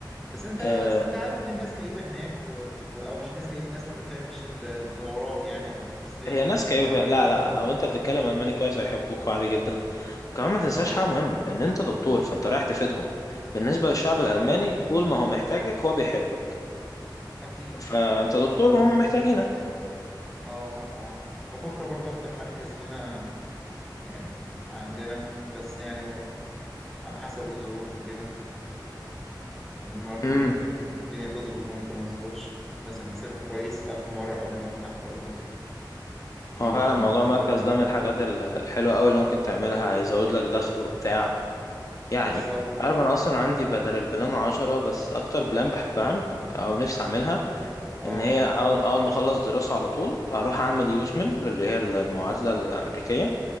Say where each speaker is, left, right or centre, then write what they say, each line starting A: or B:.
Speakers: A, in the centre; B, on the left.
A: بس انت
B: آه
A: بس انت عارف ان الناس كئيبه هناك و... و... او مش الناس كئيبه الناس ما بتحبش ال- الغراب يعني او السترينجرز
B: هي ناس كئيبة فعلا لا
A: لا
B: لا لو انت بتتكلم ألماني كويس هيحبوك عادي جدا وكمان ما تنساش
A: اه
B: حاجة مهمة ان انت دكتور فانت رايح تفيدهم بالنسبة للشعب
A: بالظبط
B: الألماني طول ما هو محتاجك هو بيحبك
A: اكيد
B: فانت
A: اكيد
B: دكتور وهم محتاجينك
A: اه اه بفكر برضه افتح مركز هنا يعني عندنا بس يعني على حسب الظروف وكده لان برضه
B: فاهمني
A: ممكن الدنيا تظبط وممكن ما تظبطش لازم احسبها كويس الف مره قبل ما افتح برضه دي
B: هو
A: برضه
B: فعلا
A: من
B: موضوع
A: الخطط
B: مركز
A: اللي ممكن
B: ده من الحاجات ال- الحلوة أوي اللي ممكن تعملها هيزود لك دخل وبتاع يعني
A: بالظبط ايوه
B: عارف أنا أصلا عندي بدل البلان عشرة بس أكتر بلان بحبها أو نفسي أعملها
A: اه اه
B: إن هي أول, أول ما أخلص دراسة على طول أروح أعمل يوزميل اللي هي المعادلة الأمريكية